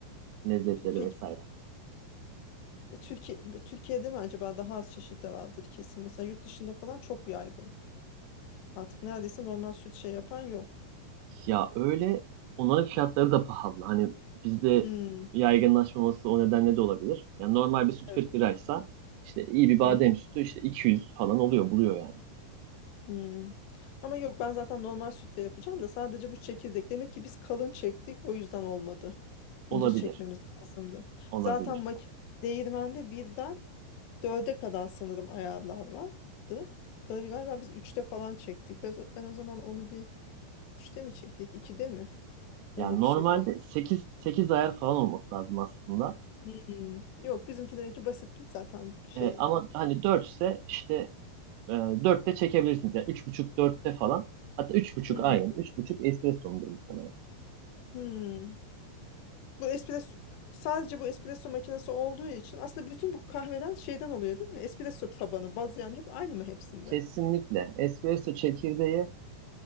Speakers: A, on the right; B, on the left.
A: Lezzetleri
B: Pe- Peki
A: vesaire.
B: e, Türkiye, e, Türkiye'de mi acaba daha az çeşit de vardır kesin. Mesela yurt dışında falan çok yaygın. Artık neredeyse normal süt şey yapan yok.
A: Ya öyle onların fiyatları da pahalı. Hani bizde
B: Hmm.
A: yaygınlaşmaması o nedenle de olabilir. Yani normal bir süt
B: Evet.
A: 40 liraysa işte iyi bir badem
B: Hı
A: sütü işte 200 falan oluyor, buluyor yani.
B: Hmm. Ama yok ben zaten normal sütle yapacağım da sadece bu çekirdek. Demek ki biz kalın çektik o yüzden olmadı. İnce
A: Olabilir,
B: çekmemiz lazımdı.
A: olabilir.
B: Zaten makine değirmende birden dörde kadar sanırım ayarlar vardı. Gal- Galiba biz üçte falan çektik. Biz- Ben o zaman onu bir üçte mi çektik? ikide mi? Öyle
A: Yani
B: bir
A: normalde
B: şeydi. O...
A: 8 8 ayar falan olması lazım aslında.
B: Hmm. Yok bizimki demek ki basit bir zaten şey.
A: E, ama hani 4 ise işte E, 4'te çekebilirsiniz. Yani üç buçuk dörtte falan. Hatta üç buçuk
B: Hmm.
A: aynen. üç buçuk espresso espresso'mudur muhtemelen.
B: Hmm. Bu espresso sadece bu espresso makinesi olduğu için aslında bütün bu kahveler şeyden oluyor değil mi? Espresso tabanı, baz yani hep aynı mı hepsinde?
A: Kesinlikle espresso çekirdeği